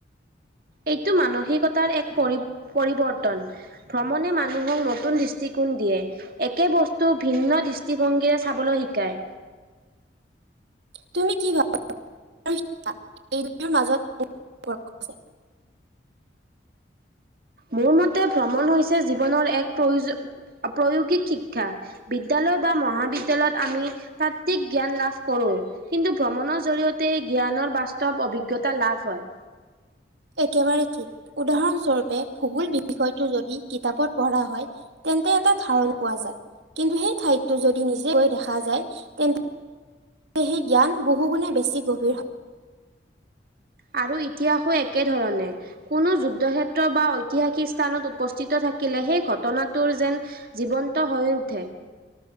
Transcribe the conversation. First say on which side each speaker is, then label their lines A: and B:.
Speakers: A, on the right; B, on the right.
A: এইটো মানসিকতাৰ এক পৰি, পৰিৱৰ্তন। ভ্ৰমণে মানুহক নতুন দৃষ্টিকোণ দিয়ে। একে বস্তু ভিন্ন দৃষ্টিভংগীৰে চাবলৈ শিকায়।
B: তুমি কি ভাবা <unintelligible> মাজত <unintelligible> <inaudible>
A: মোৰ মতে ভ্ৰমণ হৈছে, জীৱনৰ এক প্ৰয়ো, প্ৰয়োগিক শিক্ষা। বিদ্যালয় বা মহাবিদ্যয়ালয়ত আমি তাত্বিক জ্ঞান লাভ কৰো। কিন্তু ভ্ৰমণৰ জৰি়য়তে জ্ঞানৰ বাস্তৱ অভিজ্ঞতা লাভ হয়।
B: একেবাৰে ঠিক, উদাহৰণ স্বৰূপে ভূগোল বিষয়টো যদি কিতাপত পঢ়া হয় তেন্তে এটা ধাৰণ কোৱা যায়। কিন্তু সেই ঠাইততো যদি নিজে গৈ দেখা যায় তেন্তে সেই জ্ঞান বহুগুণে বেছি গভীৰ হয়।
A: আৰু ইতিহাসো একে ধৰণে কোনো যুদ্ধ ক্ষেত্ৰ বা ঐতিহাসিক স্থানত উপস্থিত থাকিলে, সেই ঘটনাটোৰ যেন জীৱন্ত হৈ উঠে।